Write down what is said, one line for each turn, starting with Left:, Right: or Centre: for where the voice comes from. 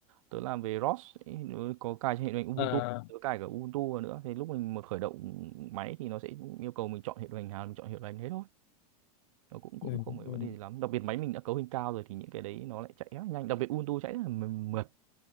Right: tớ làm về ROS ấy, nó có cài trên hệ điều hành Ubuntu,
Left: À,
Right: tớ cài cả Ubuntu vào nữa. Thì lúc mình một khởi động máy thì nó sẽ yêu cầu mình chọn hệ điều hành nào mình chọn hệ điều hành thế thôi. Nó cũng cũng
Left: ừ.
Right: không phải
Left: Ừ.
Right: vấn đề gì lắm. Đặc biệt máy mình đã cấu hình cao rồi thì những cái đấy nó lại chạy rất nhanh. Đặc biệt Ubuntu chạy rất là mượt.